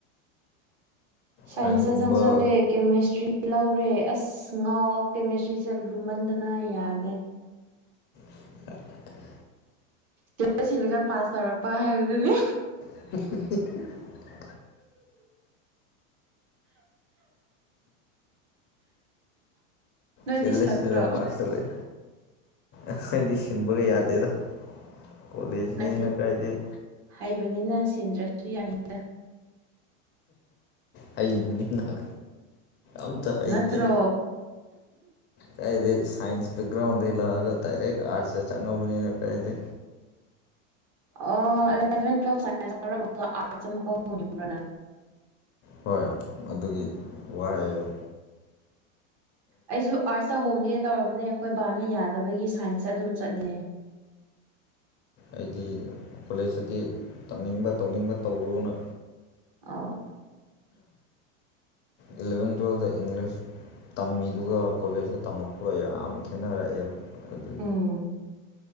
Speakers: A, on the right; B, on the left.
A: ꯁꯥꯏꯟꯁ
B: ꯁꯥꯏꯟꯁꯀꯨꯝꯕ
A: ꯆꯪꯁ ꯂꯦ ꯀꯦꯃꯤꯁꯇ꯭ꯔꯤ ꯂꯧꯔꯦ ꯑꯁ ꯉꯥꯎ ꯀꯦꯃꯤꯁꯇ꯭ꯔꯤꯁꯦ ꯂꯨꯝꯃꯟꯗꯅ ꯌꯥꯗꯦ
B: <unintelligible>
A: ꯆ ꯁꯤꯜꯂꯒ ꯄꯥꯁ ꯇꯧꯔꯛꯄ ꯍꯥꯏꯕꯗꯨꯅꯤ
B: <unintelligible>
A: ꯅꯣꯏꯗꯤ
B: ꯆꯜꯂ
A: ꯁꯤꯜꯂꯛꯇ꯭ꯔꯣ
B: ꯁꯤꯜꯂ ꯄꯥꯁꯇꯕ ꯑꯈ‌ꯣꯏꯗꯤ ꯁꯤꯟꯕꯒ ꯌꯥꯗꯦꯗ ꯀꯣꯂꯦꯖꯅꯦꯅ
A: ꯅꯣꯏꯗꯤ
B: ꯀꯥꯏꯗꯩ
A: ꯍꯩꯕꯅꯤꯅ ꯁꯤꯟꯗ꯭ꯔꯁꯨ ꯌꯥꯅꯤꯗ
B: ꯍꯩꯕꯅꯤꯅ ꯑꯝꯇ ꯍꯩꯇ‌ꯦ
A: ꯅꯠꯇ꯭ꯔꯣ
B: ꯀꯦ ꯁꯥꯏꯟꯁ ꯦꯛꯒ꯭ꯔꯥꯎꯟ ꯏꯂꯒ ꯗꯥꯏꯔ ꯑꯔꯠꯁ ꯆꯪꯉꯕꯨꯅꯤꯅ ꯀꯗꯤ
A: ꯑꯦꯂꯦꯚꯦꯟ ꯇꯨꯋꯦꯜꯞ ꯁꯥꯏꯟꯁ ꯂꯧꯎꯔꯝꯃꯒ ꯑꯥꯔꯠꯁ ꯑꯃꯨꯛ ꯍꯧꯈꯤꯕꯅ
B: ꯍꯣꯏ ꯑꯗꯨꯒꯤ ꯋꯥ ꯍꯥꯏ
A: ꯑꯩꯁꯨ ꯑꯥꯔꯠꯁꯇ ꯍꯣꯡꯒꯦ ꯇꯧꯔꯕꯅꯦ ꯑꯩꯈꯣꯏ ꯕꯥꯅ ꯌꯥꯗꯕꯒꯤ ꯁꯥꯏꯟꯁꯇ ꯑꯗꯨꯝ ꯆꯠꯂꯦ
B: ꯑꯩꯗꯤ ꯀꯣꯂꯦꯖꯇꯗꯤꯤ ꯇꯝꯅꯤꯡꯕ ꯇꯧꯅꯤꯡꯕ ꯇꯧꯔꯨꯅ
A: ꯑ
B: ꯏꯂꯚꯦꯟ ꯇ꯭ꯨꯋꯦꯜꯗ ꯏꯪꯂꯤꯁ ꯇꯝꯃꯤꯗꯨꯒ ꯀꯣꯂꯦꯖꯇ ꯇꯝꯃꯛꯄꯒ ꯌꯥꯝ ꯈꯦꯠꯅꯔꯛꯑꯦꯕ ꯑꯗꯨ
A: ꯎꯝ